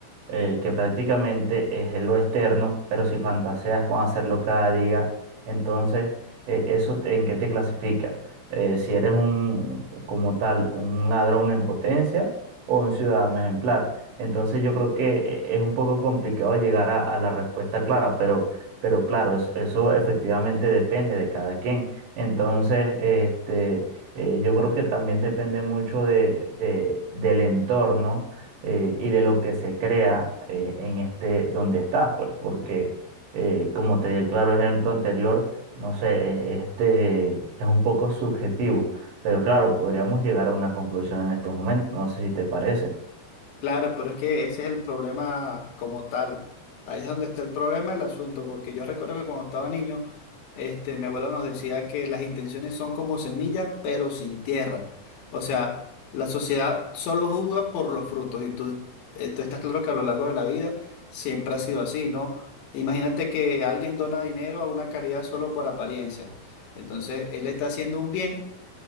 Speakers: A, on the right; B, on the left.
A: eh, que prácticamente es lo externo, pero si fantaseas con hacerlo cada día, entonces eh, eso te- en qué te clasifica. Eh, si eres un, como tal, un ladrón en potencia o un ciudadano ejemplar. Entonces yo creo que eh, es un poco complicado llegar a, a la respuesta clara, pero, pero claro, eso, eso efectivamente depende de cada quien. Entonces, este, eh, yo creo que también depende mucho de, de- del entorno eh, y de lo que se crea eh, en este donde estás, pues, porque eh, como te di el claro ejemplo anterior, no sé, e- este es un poco subjetivo, pero claro, podríamos llegar a una conclusión en estos momentos, no sé si te parece.
B: Claro, pero es que ese es el problema como tal. Ahí es donde está el problema del asunto, porque yo recuerdo que cuando estaba niño, este, mi abuelo nos decía que las intenciones son como semilla, pero sin tierra. O sea, la sociedad solo juzga por los frutos y tú, eh, tú estás claro que a lo largo de la vida siempre ha sido así, ¿no? Imagínate que alguien dona dinero a una caridad solo por apariencia. Entonces, él está haciendo un bien